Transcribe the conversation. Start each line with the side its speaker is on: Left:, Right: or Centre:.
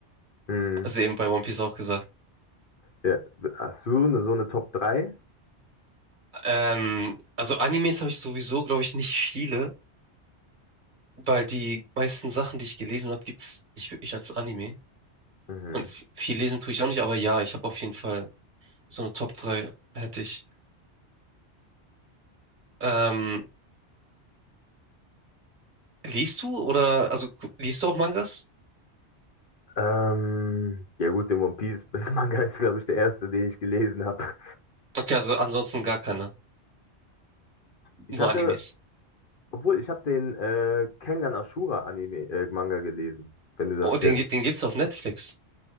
Left: Hm,
Right: Also eben bei One Piece auch gesagt.
Left: ja. Hast du eine, so eine Top drei?
Right: Ähm, also Animes habe ich sowieso, glaube ich, nicht viele, weil die meisten Sachen, die ich gelesen habe, gibt es nicht wirklich als Anime.
Left: Mhm.
Right: Und f- viel lesen tue ich auch nicht, aber ja, ich habe auf jeden Fall so eine Top drei. hätte ich. Ähm, liest du oder, also gu- liest du auch Mangas?
Left: Ähm, ja gut, den One Piece <laughs> Manga ist, glaube ich, der erste, den ich gelesen habe.
Right: Okay, also ansonsten gar keine,
Left: Ich
Right: nur
Left: hatte
Right: Animes.
Left: Obwohl, ich habe den äh, Kengan Ashura Anime äh, Manga gelesen, wenn du das
Right: Oh, den,
Left: kennst.
Right: gi- den gibt's auf Netflix